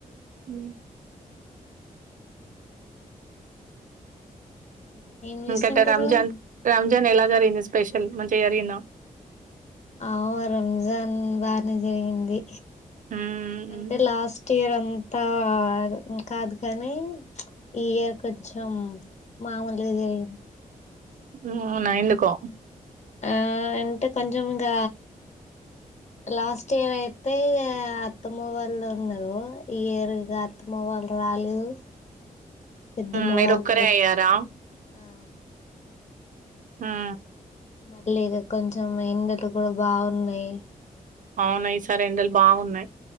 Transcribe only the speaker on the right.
హ
కా రామ్జాన్ ర రామ్జాన్ ఎలా జరీంది స్పెషల్ మంచి జరిగిందా
మ్మ్
అవున ఎందుకో
మీర
ఒక్కరే అయ్యారా
ఆా
అవునాయి సార్ ఎండలు బాగున్నాయి్